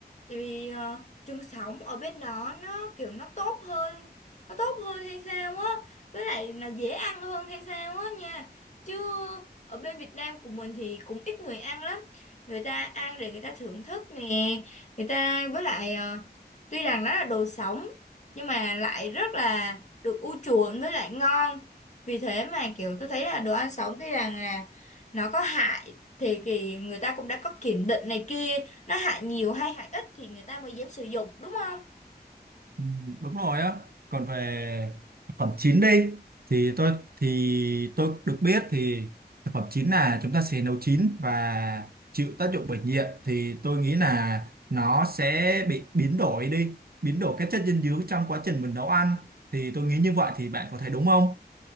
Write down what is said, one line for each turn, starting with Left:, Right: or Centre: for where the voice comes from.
Left: Tại vì ờ, trứng sống ở bên đó nó kiểu nó tốt hơn, nó tốt hơn hay sao á, với lại nó dễ ăn hơn hay sao á nha. Chứ ở bên Việt Nam của mình thì cũng ít người ăn lắm. Người ta ăn để người ta thưởng thức nè, người ta với lại ờ, tuy rằng nó là đồ sống nhưng mà lại rất là được ưu chuộng với lại ngon vì thế mà kiểu tôi thấy là đồ ăn sống tuy rằng là nó có hại thì thì người ta cũng đã có kiểm định này kia nó hại nhiều hay hại ít thì người ta mới dám sử dụng đúng không
Right: ừ, đúng rồi á còn về thực phẩm chín đi thì tôi thì tôi được biết thì thực phẩm chín là chúng ta sẽ nấu chín và chịu tác dụng bởi nhiệt thì tôi nghĩ là nó sẽ bị biến đổi đi biến đổi các chất dinh dưỡng trong quá trình mình nấu ăn thì tôi nghĩ như vậy thì bạn có thấy đúng không